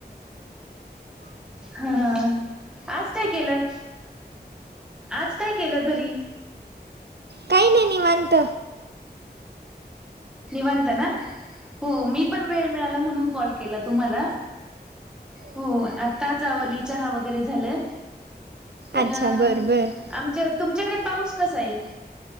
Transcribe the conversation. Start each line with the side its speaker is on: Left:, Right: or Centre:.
Centre: हा ह आज काय केलं आज काय केलं घरी
Right: काही नाही निवत
Centre: निवांत ना हो मी पण वेळ मिळाला म्हणून कॉल केला तुम्हाला हो आताचवली चहा वगैरे झालं तर
Right: अच्छा बरं बरं
Centre: आमच्या तुमच्याकडे पाऊस कसा आहे